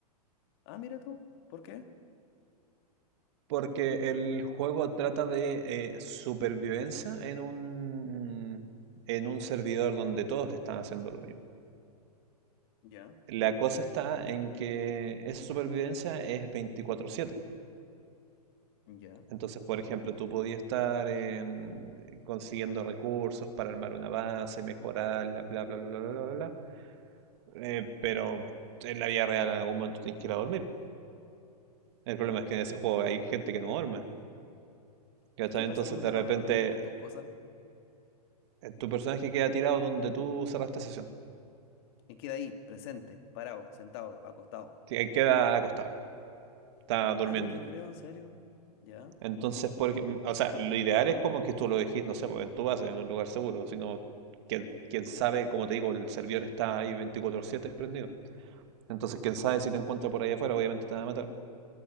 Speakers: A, on the left; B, on the right.
A: Ah, mira tú. ¿Por qué?
B: porque el juego trata de eh, supervivencia en un, en un servidor donde todos están haciendo lo mismo.
A: Ya,
B: La cosa está en que esa supervivencia es veinticuatro siete.
A: ya.
B: Entonces, por ejemplo, tú podías estar em, consiguiendo recursos para armar una base, mejorarla, bla, bla, bla, bla, bla, bla, bla. Eh, pero en la vida real en algún momento tienes que ir a dormir. El problema es que en ese juego hay gente que no duerme. ¿Cachai?
A: ¿Y qué
B: Entonces,
A: pasa cuando
B: de
A: te
B: repente,
A: vas a dormir con tus cosas?
B: eh, tu personaje queda tirado donde tú cerraste sesión.
A: Y queda ahí, presente, parado, sentado, acostado.
B: Que- Queda acostado, está
A: Ah,
B: durmiendo.
A: no te creo, en serio. Ya.
B: Entonces, por ejem- o sea, lo ideal es como que tú lo dejes, no sé, pues, en tu base, en un lugar seguro, sino que, quién sabe, como te digo, el servidor está ahí 24/7 prendido. Entonces, quién sabe si te encuentra por ahí afuera, obviamente te van a matar.